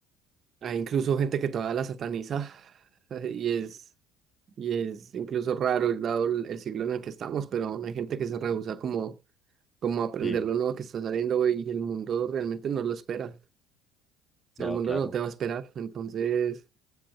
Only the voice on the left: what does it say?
Sí.
No,
claro.